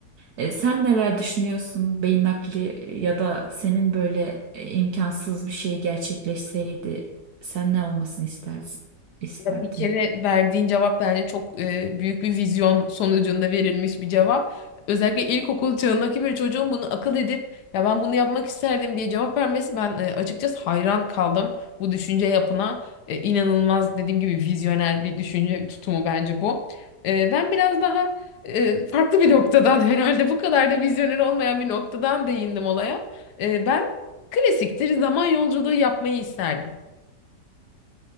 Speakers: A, on the right (about 70°); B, on the left (about 75°).
A: E, sen neler düşünüyorsun? Beyin nakli ya da senin böyle e, imkansız bir şey gerçekleşseydi sen ne olmasını istersin, isterdin?
B: Ya bir kere verdiğin cevap bence çok e, büyük bir vizyon sonucunda verilmiş bir cevap. Özellikle ilkokul çağındaki bir çocuğun bunu akıl edip ya ben bunu yapmak isterdim diye cevap vermesi ben e, açıkçası hayran kaldım bu düşünce yapına. E, inanılmaz dediğim gibi vizyoner bir düşünce tutumu bence bu. E, ben biraz daha e, farklı bir noktadan <laughs> herhalde bu kadar da vizyoner olmayan bir noktadan değindim olaya. E, ben klasiktir zaman yolculuğu yapmayı isterdim.